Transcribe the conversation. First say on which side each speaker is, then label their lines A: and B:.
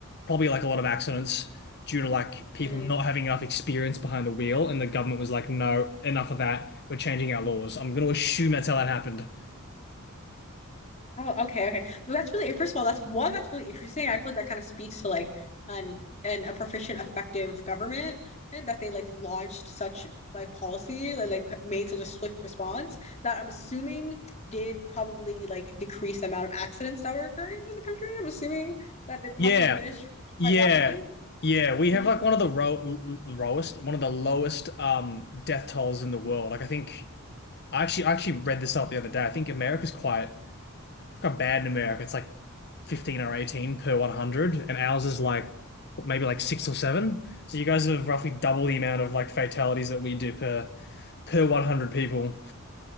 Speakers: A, on the left; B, on the left.
A: probably like a lot of accidents due to like people
B: Mm-hmm.
A: not having enough experience behind the wheel, and the government was like no enough of that. We're changing our laws. I'm going to assume that's how that happened.
B: Oh, okay, okay. No, that's really, first of all, that's one that's really interesting. I feel like that kind of speaks to like an an a proficient, effective government and that they like launched such like policy, like, like made such a swift response that I'm assuming did probably like decrease the amount of accidents that were occurring in the country. I'm assuming that they probably
A: Yeah,
B: diminished
A: yeah,
B: quite rapidly.
A: yeah. We have
B: hmm
A: like one of the ro- lowest one of the lowest um death tolls in the world. Like I think I actually I actually read this up the other day. I think America's quite got bad in America. It's like 15 or 18 per 100, and ours is like maybe like six or seven. So you guys have roughly double the
B: Wow.
A: amount of like fatalities that we do per per 100 people.